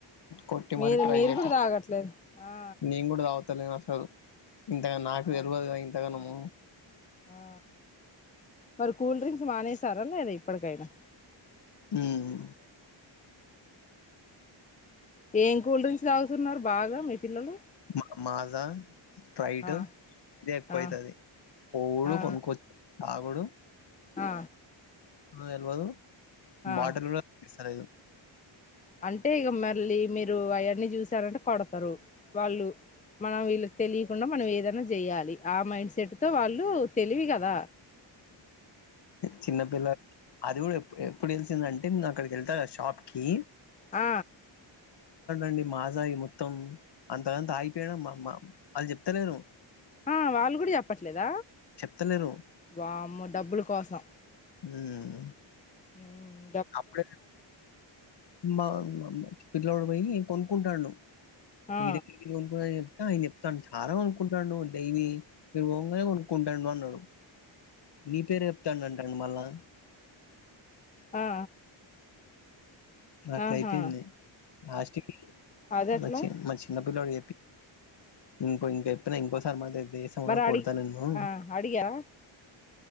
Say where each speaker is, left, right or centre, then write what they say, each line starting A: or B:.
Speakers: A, on the left; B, on the left.
A: కొట్టి
B: మీరు
A: మరి ట్రై
B: మీరు
A: చే
B: కూడా తాగట్లేదు ఆ
A: నేనగూడ ఎత్తలేన్ అసలు ఇంతగా నాకు
B: ఆ
A: తెలివదు గ ఇంతగానము
B: ఆ మరి కూల్ డ్రింక్స్ మానేసారా లేదా ఇప్పటికైనా
A: మ్మ్
B: ఏం కూల్ డ్రింక్స్ తాగుతున్నారు బాగా మీ పిల్లలు
A: మా మాసా స్పైట్
B: ఆ
A: ఇదే ఎక్కువ
B: ఆ
A: అయితది బోల్డు
B: ఆ
A: కొనుక్కోచ్చు అబుడు
B: ఆ
A: తెలవదు
B: ఆ
A: బాటల్ కూడా అరదు
B: అంటే ఇగ మళ్ళీ మీరు అవన్నీ చూసారంటే కొడతారు వాళ్ళు మనం వీళ్ళు తెలియకుండ మనం ఏదైనా చేయాలి ఆ మైండ్ సీటుతో వాళ్ళు తెలివి కద
A: చిన్నపిల్లలు అది కూడా ఎప్పుడు తేలిసిందంటే నేను అక్కడికి వెళ్తా కద షాప్ కి
B: ఆ
A: అండీ మాజా ఈ మొత్తం అంతదంతా ఆగిపోయినా మా అది చెప్తలేను
B: ఆ వాళ్ళ కూడ చెప్పట్లేద
A: చెప్తలేరు
B: వామ్మో డబ్బుల కోసం
A: హ్మ్
B: హ్మ్
A: అప్పుడే మమ్మ పిల్లోడు పోయి కొనుక్కుంటాడు
B: ఆ
A: ఐదేకడ్కెలి కొనుకునది ఆయన చెప్తాను చాలా కొనుక్కుంటాడును డైలీ నేను పొంగానే కొనుక్కుంటానుడు అన్నాడు నీ పేరే చెప్తానంట మళ్ళా
B: ఆ
A: నాకు
B: ఆహా
A: అయిపోయింది లాస్ట్ కి
B: అదెట్లా
A: మచ్చి మ చ్చిన పిలోడ్ ఇంకో ఇంక చెప్పిన ఇంకోసారి మాది దేశమా
B: మరి అడిగి
A: కొడుతానిన్ను
B: ఆ అడిగారా